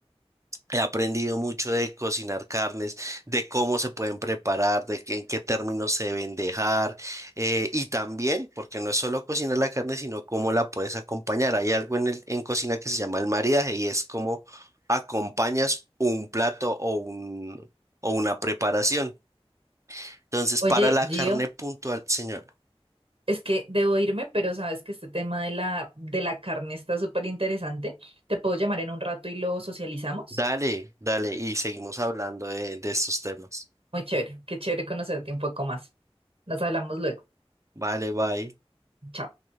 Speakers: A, on the right; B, on the right.
A: He aprendido mucho de cocinar carnes, de cómo se pueden preparar, de qué- en qué términos se deben dejar, eh, y también, porque no es solo cocinar la carne, sino cómo la puedes acompañar. Hay algo en el- en cocina que se llama el maridaje y es cómo acompañas un plato o un, o una preparación. Entonces,
B: Oye,
A: para la
B: Gio,
A: carne puntual, señor,
B: Es que debo irme, pero sabes que este tema de la, de la carne está súper interesante. Te puedo llamar en un rato y lo socializamos.
A: dale, dale, y seguimos hablando de de estos temas.
B: Muy chévere, qué chévere conocerte un poco más. Nos hablamos luego.
A: Vale, bye.
B: Chao.